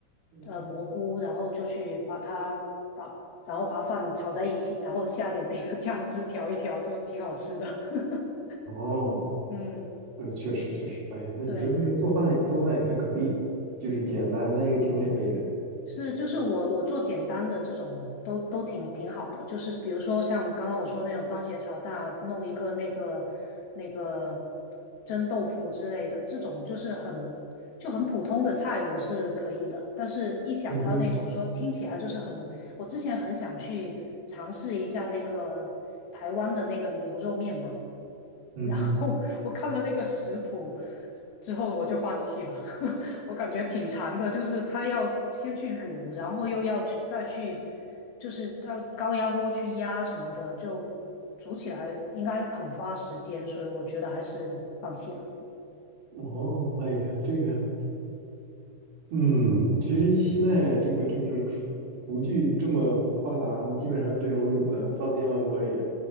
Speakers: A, on the right; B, on the left.
A: 嗯
B: 呃蘑菇，然后就去把它把然后把饭炒在一起，然后下点那个酱汁调一调，就挺好吃的。<laughs>
A: 哦，
B: 嗯，
A: 哎，确实确实，哎呀，那你这不是做饭做饭也还可以嘛，
B: 对，
A: 就是简单但又挺美味的，
B: 是就是我我做简单的这种都都挺挺好的，就是比如说像刚刚我说那种番茄炒蛋啊，弄一个那个那个蒸豆腐之类的，这种就是很就很普通的菜，我是可以的。但是一想到那种说听起来就是很，
A: 嗯哼，
B: 我之前很想去尝试一下那个台湾的那个牛肉面嘛。
A: 嗯哼。
B: 然后我看了那个食谱之后，我就放弃了。<laughs> 我感觉挺长的，就是它要先去卤，然后又要去再去，就是到高压锅去压什么的，就煮起来应该很花时间，所以我觉得还是放弃了。
A: 哦，哎呀，这个嗯，其实现在这个这个是厨厨具这么发达，你基本上这种卤的放电饭锅里